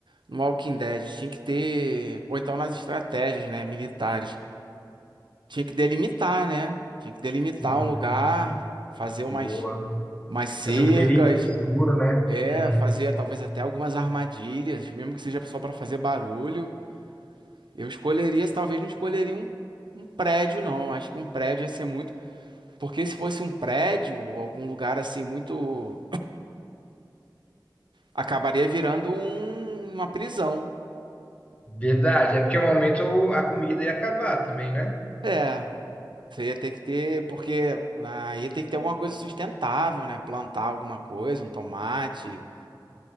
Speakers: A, on the right; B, on the left.
A: no Walking Dead, tinha que ter, ou então nas estratégias, né, militares, tinha que delimitar, né? Tinha que delimitar
B: Uhum.
A: um lugar, fazer umas,
B: Boa.
A: umas cercas,
B: Fazer um perímetro seguro, né?
A: é,
B: Uhum.
A: fazer talvez até algumas armadilhas, mesmo que seja só para fazer barulho. Eu escolheria, talvez não escolheria um, um prédio, não. Acho que um prédio ia ser muito Porque se fosse um prédio, algum lugar assim muito, acabaria virando um- uma prisão.
B: Verdade. É porque um momento a comida ia acabar também, né?
A: É, você ia ter que ter, porque ah, ia ter que ter alguma coisa sustentável, né? Plantar alguma coisa, um tomate,